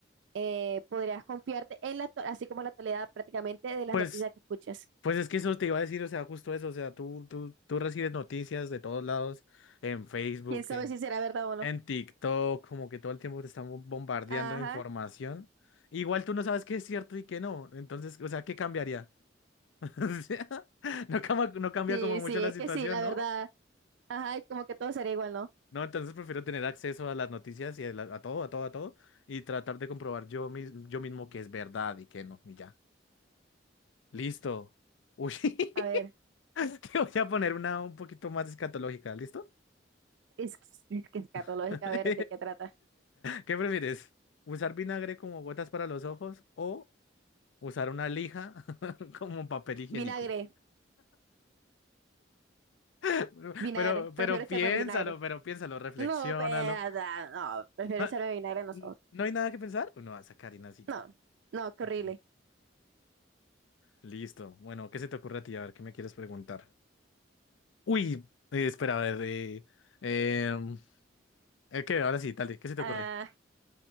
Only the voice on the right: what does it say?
eh, podrías confiarte en la, to- así como la totalidad prácticamente de las
noticias que escuches.
¿Quién sabe
si será verdad o no?
Ajá,
sí,
sí,
es
que sí, la
verdad. Ajá, y como que todo sería igual, ¿no?
A ver,
es, es que es escatológica,
a ver, ¿de qué trata?
Vinagre,
vinagre,
prefiero echarme
vinagre.
No, peda, no, prefiero
echarle vinagre en los
ojos.
No, no, qué
horrible.
Ah,